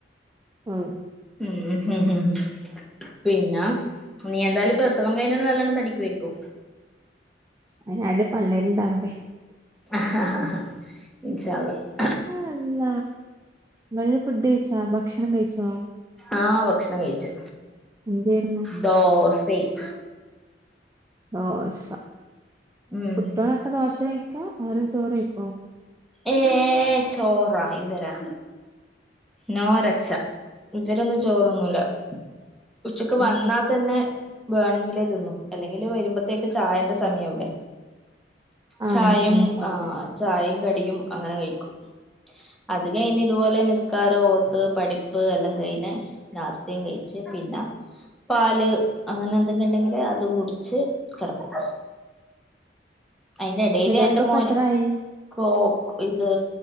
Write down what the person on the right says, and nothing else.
ങാ
അയ്ന് ആദ്യം പിള്ളേര് ഇണ്ടാവട്ടെ
ങ അല്ല. വള്ളി ഫുഡ്‌ കയിച്ചാ ഭക്ഷണം കയ്യി <inaudible>
എന്തേര്ന്നു
ദോസ
കുട്ട്യോളൊക്കെ ദോസ കയി ക്ക അവര് ചോറ് കയിക്കോ?
ഉം
ഉം
ആ
അഞ്ച് മണിയൊക്കെ ആവുംല്ലേ
ചെറിയാൾക്കിപ്പത്രായി